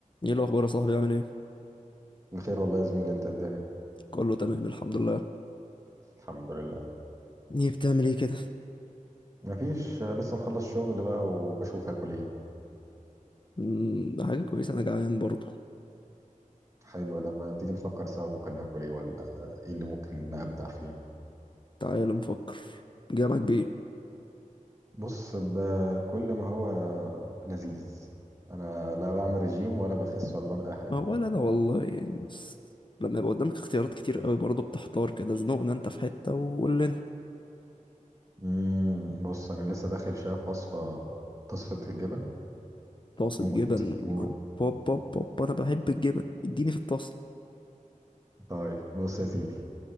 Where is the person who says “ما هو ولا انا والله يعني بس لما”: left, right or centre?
Left